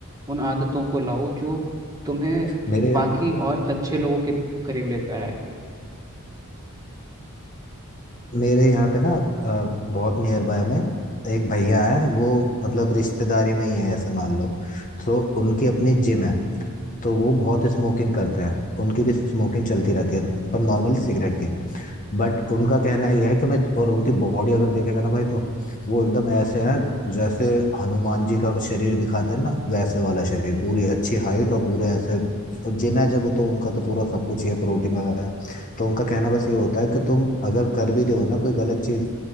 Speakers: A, on the right; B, on the left.
A: उन आदतों को लाओ जो तुम्हें
B: मेरे
A: बाकी और अच्छे लोगों के करीब लेकर आए
B: मेरे यहाँ पे ना अ, बहुत नियर बाय में एक भैया है वो मतलब रिश्तेदारी में ही है ऐसे मान लो तो उनकी अपनी जिम है तो वो बहुत स्मोकिंग करते हैं उनकी भी स्मोकिंग चलती रहती है पर नॉर्मली सिगरेट की बट उनका कहना यह है कि मैं और उनकी बॉडी अगर देखेगा ना भाई तो वो एकदम ऐसे हैं जैसे हनुमान जी का शरीर दिखाते हैं ना वैसे वाला शरीर पूरी अच्छी हाइट और पूरे ऐसे जिम है जब तो उनका तो पूरा सब कुछ ही है प्रोटीन वगैरह तो उनका कहना बस ये होता है कि तुम अगर कर भी रहे हो ना कोई गलत चीज